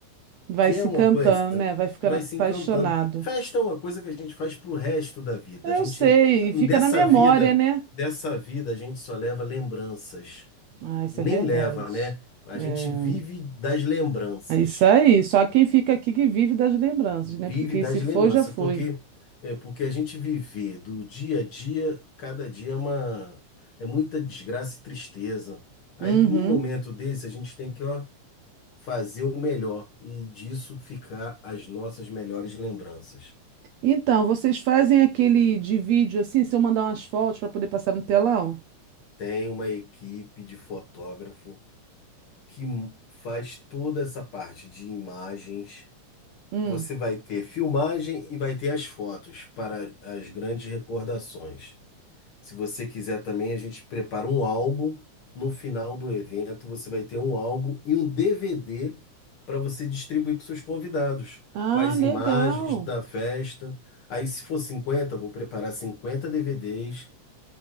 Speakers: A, on the right (about 75°); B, on the left (about 55°).
A: Vai
B: que
A: se
B: é uma
A: encantando,
B: coisa,
A: né? Vai ficando
B: que vai
A: apaixonado.
B: se encantando. Festa é uma coisa que a gente faz pro resto da vida.
A: Eu
B: A gente,
A: sei, e fica
B: dessa
A: na memória,
B: vida,
A: né?
B: dessa vida, a gente só leva lembranças.
A: Ah, isso
B: Nem
A: é verdade.
B: leva, né? A
A: É.
B: gente vive das lembranças.
A: É isso aí. Só quem fica aqui que vive das lembranças,
B: Vive
A: né? Porque quem
B: das
A: se foi,
B: lembranças,
A: já foi.
B: porque é porque a gente viver do dia a dia, cada dia é uma é muita desgraça e tristeza. Aí,
A: Uhum.
B: num momento desse, a gente tem que, ó, fazer o melhor e disso ficar as nossas melhores lembranças.
A: Então, vocês fazem aquele de vídeo assim, se eu mandar umas fotos para poder passar no telão?
B: Tem uma equipe de fotógrafo que m- faz toda essa parte de imagens.
A: Hum.
B: Você vai ter filmagem e vai ter as fotos para as grandes recordações. Se você quiser também, a gente prepara um álbum. No final do evento, você vai ter um álbum e um DVD para você distribuir para os seus convidados,
A: Ah,
B: com as
A: legal.
B: imagens da festa. Aí, se for 50 vou preparar 50 DVDs